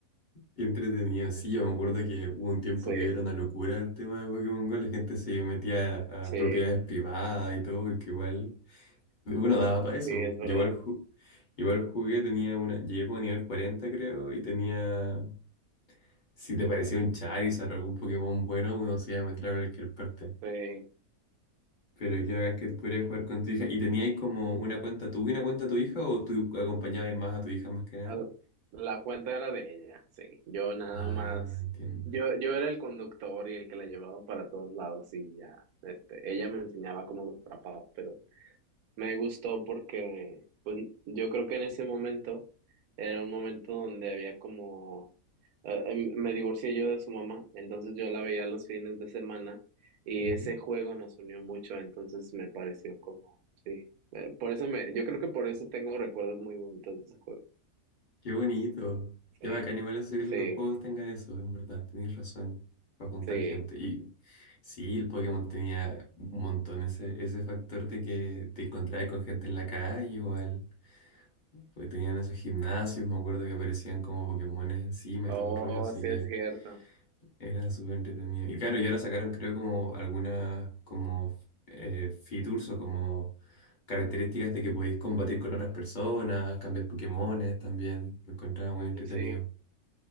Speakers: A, on the left; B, on the right.
A: Qué entretenido. Sí, yo me acuerdo que hubo un tiempo
B: Sí,
A: que era una locura el tema de Pokémon Go. La gente se metía a,
B: sí,
A: a propiedades privadas y todo, porque igual, bueno, daba para eso.
B: sí, es verdad.
A: Yo igual, ju- igual jugué, tenía una, llegué como a nivel 40 creo, y tenía, si te parecía un Charizard o algún Pokémon bueno, uno se iba a meter a cualquier parte.
B: Sí.
A: Pero qué hagas que pudieras jugar con tu hija. ¿Y teníais como una cuenta tú y una cuenta tu hija o tú acompañabas más a tu hija más que nada?
B: Al- La cuenta era de ella, sí. Yo nada
A: Ah,
B: más,
A: entiendo.
B: yo, yo era el conductor y el que la llevaba para todos lados y ya, este, ella me enseñaba cómo los atrapaba, pero me gustó porque, pues, yo creo que en ese momento era un momento donde había como, eh, em- me divorcié yo de su mamá, entonces yo la veía los fines de semana y
A: Ujú.
B: ese juego nos unió mucho, entonces me pareció como, sí, eh, por eso me, yo creo que por eso tengo recuerdos muy bonitos de ese juego,
A: Qué bonito.
B: sí.
A: Qué bacán. Igual eso que
B: Sí,
A: los juegos tengan eso, en verdad. Tenéis razón. Para juntar
B: sí.
A: gente. Y sí, el Pokémon tenía un montón ese, ese factor de que te encontrabas con gente en la calle igual. Porque tenían esos gimnasios, me acuerdo que aparecían como Pokémones encima
B: Oh,
A: y todo el rollo, así
B: sí
A: que.
B: es cierto.
A: Era súper entretenido. Y claro, y ahora sacaron creo como algunas como eh, features o como características de que podéis combatir con otras personas, cambiar Pokémones también. Lo encontraba muy entretenido.
B: Sí,